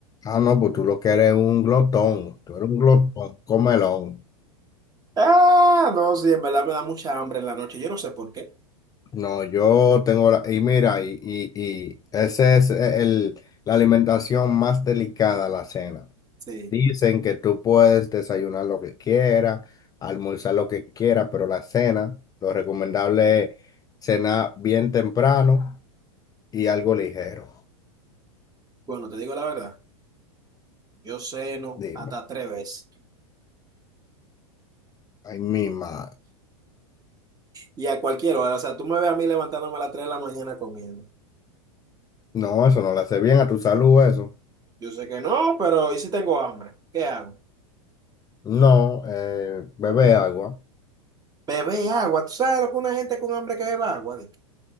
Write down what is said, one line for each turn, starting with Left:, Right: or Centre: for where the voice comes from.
Left: Ah, no, pues tú lo que eres un glotón, tú eres un glotón, comelón.
Right: Ah, no, sí, en verdad me da mucha hambre en la noche, yo no sé por qué.
Left: No, yo tengo la, y mira, y, y, y ese es el, la alimentación más delicada, la cena.
Right: Sí,
Left: Dicen que tú puedes desayunar lo que quieras, almorzar lo que quieras, pero la cena, lo recomendable es cenar bien temprano y algo ligero.
Right: bueno, te digo la verdad, yo ceno
Left: Dime,
Right: hasta tres veces.
Left: ay, mi madre.
Right: Y a cualquier hora, o sea, tú me ves a mí levantándome a las 3 de la mañana comiendo.
Left: No, eso no le hace bien a tu salud, eso.
Right: Yo sé que no, pero ¿y si tengo hambre? ¿Qué hago?
Left: No, eh, bebe agua.
Right: Bebé agua. ¿Tú sabes lo que una gente con hambre que beba agua? Dick?